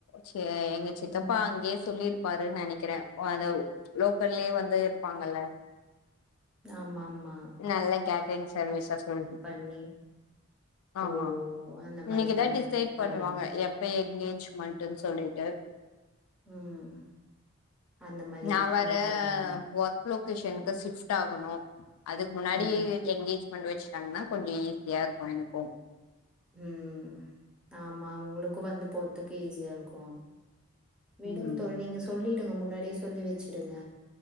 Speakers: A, on the left; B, in the centre.
A: செ எங்க சித்தப்பா
B: ம்
A: அங்கேயே சொல்லிரு பாருன் நெனைக்கிறே அந்த லோக்கல்லயே வந்து இருப்பாங்கல்ல
B: ஆமாமா
A: நல்ல கேட்ரிங் சர்வீஸா சொல்
B: பண்ணி ஓ
A: ஆமா
B: அந்த
A: இன்னைக்குதா
B: மாரி பண்ணிட்டு
A: டிசைட்
B: பண்ணிரு
A: பண்ணுவாங்க எப் ப எங்கேஜ்மண்ட்டுன் சொல்லிட்டு
B: ம் அந்த மாரி
A: நா வேற
B: இது பண்ணுவாங்க
A: ஒர்க் லொகேஷன்க்கு
B: ம்
A: ஷிஃப் ட்டாகனு அதுக் முன்னாடி
B: ம்
A: எ எங்கேஜ்மெண்ட் வெச்ட்டாங்னா கொஞ்சோ ஈஸியா இருக்கு எனக்கு
B: ம் ஆமா உங்களுக்கு வந்து போறதுக்கு ஈஸியா இருக்கு விடுங்க
A: ம்
B: தோழி நீங்க சொல்லிடுங்க முன்னாடியே சொல்லி வச்சிடுங்க